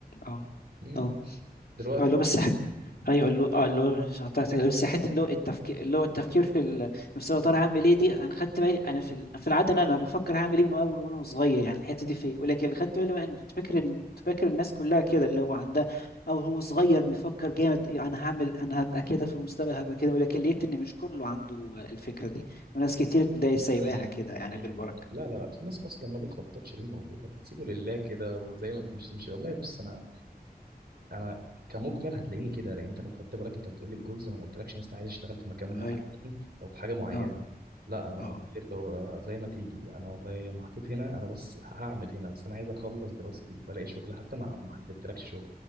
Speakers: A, on the left; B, on the right.
A: أه
B: مم.
A: أه
B: دلوقتي
A: اه اللي هو بس ايوه اللي هو اه اللي هو مش قطعت كده، بس حته اللي هو التفكير اللي هو التفكير في ال... بس هو طالع هعمل ايه دي انا خدت بالي انا في ال... في العاده انا انا بفكر هعمل ايه من اول وانا صغير يعني الحته دي فيا ولكن اللي خدت بالي بقى ان كنت فاكر ان كنت فاكر الناس كلها كده اللي هو عندها او هو صغير بيفكر جامد يعني انا هعمل انا هبقى كده في المستقبل هبقى كده ولكن لقيت ان مش كله عنده الفكره دي وناس كتير تلاقي سايباها
B: مم.
A: كده يعني
B: مم.
A: بالبركه
B: لا لا لا. في ناس اصلا ما بتخططش للموضوع بتسيبه لله كده وزي ما بتمشي تمشي والله بص انا انا كمجمل هتلاقيني كده لان انت لو خدت بالك انت بتقول لي الجولز انا ما قلتلكش مثلا عايز اشتغل في مكان معين
A: ايوه
B: او في حاجه معينه
A: اه
B: لا انا والله
A: اه
B: لو زي ما تيجي انا والله محطوط هنا انا بس هعمل هنا بس انا عايز اخلص دراستي والاقي شغل حتى ما ما حددتلكش شغل